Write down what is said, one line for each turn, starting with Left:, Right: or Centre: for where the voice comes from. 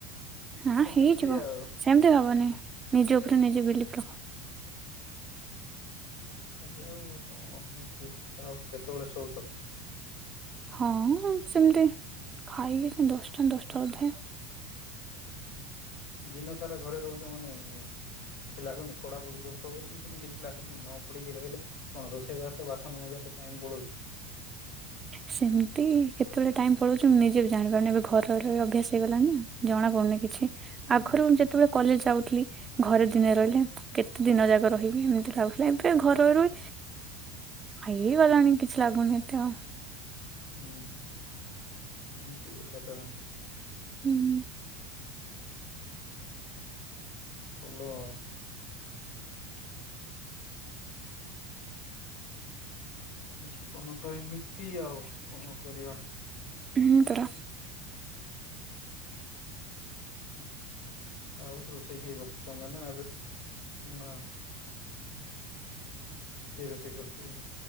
Right: ହଁ
Left: ସେମିତି
Right: ହେଇଯିବ
Left: ଆଉ।
Right: ସେମିତି ହବନି ନିଜ ଉପରେ ନିଜ ବିଲିପ ରଖ।
Left: ଦେଖାଯାଉ କଣ ହଉଛି ଆଉ। କେତେବେଳେ ଶୋଉଛ?
Right: ହଁ ସେମିତି ଖାଇକି ସେ ଦଶଟା ଦଶଟା ଅଧେ।
Left: ଦିନ ସାରା ଘରେ ରହୁଛ ମାନେ କିଛି ଲାଗୁନି ପଢାପଢି କରୁଥିବ ବୋଲି ସେ କିଛି ଲାଗୁନି ନ ପଢିକି ରହିଲେ କଣ ରୋଷେଇବାସ ବାସନ ମଜାରେ ଟାଇମ ପଳଉଛି?
Right: ସେମତି କେତେବେଳେ ଟାଇମ୍ ପଳାଉଛି ମୁଁ ନିଜେ ବି ଜାଣିପାରୁନି ଏବେ ଘରେ ରହି ରହି ଅଭ୍ୟାସ ହେଇଗଲଣିି ଆଉ। ଜଣା ପଡୁନି କିଛି
Left: ହୁଁ
Right: ଆଗରୁ ମୁ ଯେତେବେଳେ କଲେଜ ଯାଉଥିଲି, ଘରେ ଦିନେ ରହିଲେ କେତେ ଦିନ ଯାକ ରହିବି ଏମିତି ଲାଗୁଥିଲା ଏବେ ଘରରୁ ଇଏ ଗଲାଣି କି ଛି ଲାଗୁନ ଏତେ ଆଉ
Left: ହୁଁ ଏମିତି କଥା ତ
Right: ହୁଁ ହୁଁ
Left: ଭଲ ଆଉ ଜୀବନ ତ ଏମିତି ଆଉ କଣ କରିବା।
Right: ହୁଁ ପରା
Left: ଆଉ ରୋଷେଇ କିଏ କରୁଛି? ତମେ ନା ମା କିଏ ରୋଷେଇ କରୁଛି? ହୁଁ